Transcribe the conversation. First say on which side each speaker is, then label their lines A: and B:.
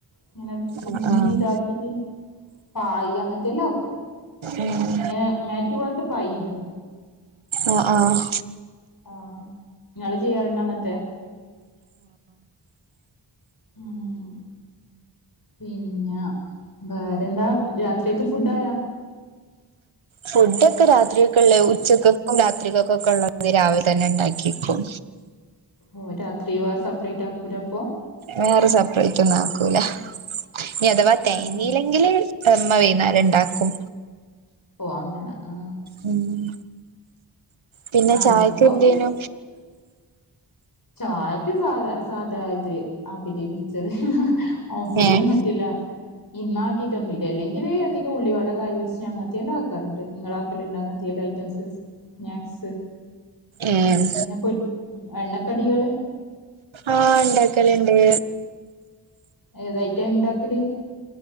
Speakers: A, on the left (about 45°); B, on the right (about 85°).
A: ഇങ്ങനെ തുന്നി
B: ഉം ആഹ്
A: താക്കീട്ട്. പായ് അങ്ങൻത്തെല്ലാം ആക്കും.
B: ഉം
A: ഇങ്ങനെ മാറ്റുപോൽത്തെ പായില്ലേ?
B: ആഹ് ആഹ്.
A: ആഹ് ങ്ങെള് ചെയ്യാറുണ്ടോ അങ്ങൻത്തെ? ആഹ്. പിന്നെ വേറെന്താ രാത്രിയത്തെ ഫുഡായാ?
B: ഫുഡോക്കെ രാത്രിയെക്ക്ള്ളെ ഉച്ചക്കക്കും രാത്രികക്കൊക്കെള്ള രാവിൽതന്നെ ഉണ്ടാക്കിക്കും.
A: ഓ രാത്രി വേർ സെപ്പറേറ്റ് ആക്കൂല അപ്പൊ
B: വേറെ സപ്പ്റേറ്റ് ഒന്നും ആക്കൂല ഇനി അഥവാ തേയ്ഞ്ഞീല്ലെങ്കില്.
A: ആ
B: <unintelligible> മ്മ വൈന്നാരം ഇണ്ടാക്കും.
A: ഓ അങ്ങനെ ആ
B: ഉം പിന്നെ
A: ആ
B: ചായെക്കെ
A: എനിക്കിപ്പോ
B: എന്തേനു?
A: ചായക്ക് സാധാ സാധാ ഇത് അബ് ല് മിച്ചറ്. ആഹ് പൊടിയാൻ
B: ഏഹ്
A: പറ്റില്ല. ഇന്നാക്കീട്ടൊന്നില്ല. അല്ലെങ്കില് എന്തെങ്കി ഉള്ളിവട കായി പൊര്ച്ചേ അങ്ങത്തെ എല്ലാ ആക്കാറ്ണ്ട്. ഇങ്ങളെ ആക്കലുണ്ടൊ അങ്ങൻ ത്യയെല്ലു ഐറ്റംസ് സ്നാക്സ്
B: ഏഹ്
A: ഇങ്ങനെ പൊ എണ്ണക്കടികള്
B: ആഹ് ഇണ്ടാക്കല്ണ്ട്.
A: ഏതയിറ്റ ഇണ്ടാക്കല്?